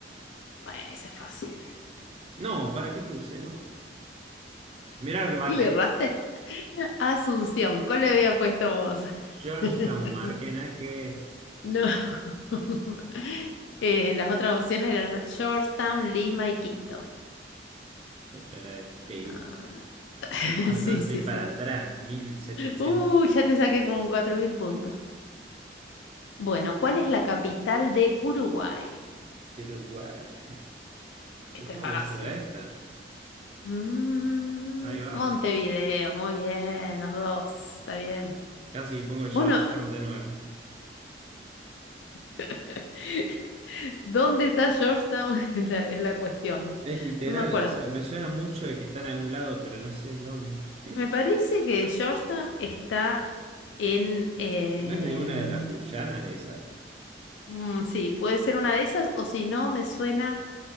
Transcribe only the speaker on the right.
No, ¿para qué puse? No. Mira
lo que marqué.
Georgetown
marqué, nada que ver.
La otra era de Perú.
No,
no, estoy
para
atrás. 1700.
Uruguay. Supongo
que será esta.
Ahí va.
Casi que pongo
Georgetown de nuevo.
Es literal,
o sea, me suena mucho de que está en algún lado, pero no sé en dónde. <laughs>
¿No es de una de las Guyanas de esas?